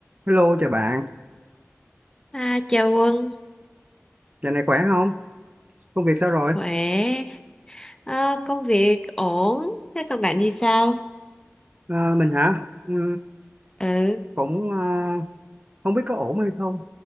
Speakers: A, on the right; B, on the left.
A: Hello chào bạn,
B: À, chào Quân,
A: giờ này khỏe không? Công việc sao rồi?
B: khỏe, à, công việc ổn, thế còn bạn thì sao?
A: Ờ, mình hả? Ừm,
B: Ừ,
A: cũng ờ, không biết có ổn hay không.